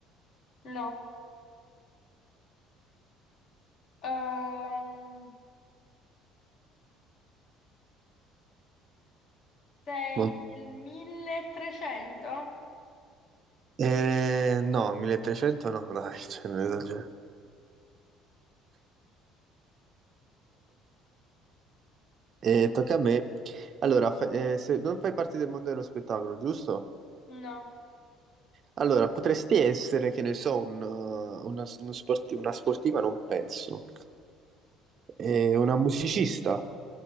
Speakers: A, on the left; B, on the right.
A: No. Ehm, sei
B: Mo-
A: del 1300?
B: Eh, no, 1300 no, dai, <laughs> cioè, non esagero. E tocca a me. Allora, fa- eh, se non fai parte del mondo dello spettacolo, giusto?
A: No.
B: Allora, potresti essere, che ne so, un, uh, una, uno sporti- una sportiva, non penso. Eh, una musicista?